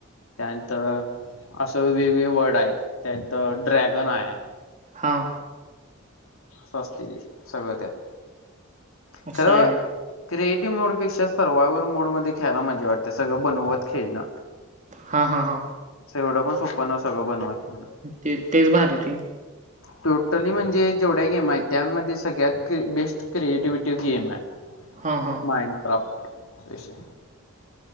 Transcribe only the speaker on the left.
त्यांत असं वेगवेगळे वर्ड आहेत त्यांत ड्रॅगन आहे
स्वस्त दे सगळं त्यात <unintelligible>
क्रिएटिव्ह मोडपेक्षा सर्वायवल मोड मध्ये खेळायला मजा वाटते सगं बनवत खेळणं
एवढं पणं सोपं नसतं सगळं बनवंन
टोटली म्हणजे जेवढ्यां गेम आहेत त्यांमध्ये सगळ्यांत की बेस्ट क्रिएटिविटी गेम्स आहे
माइंन काॅप तशी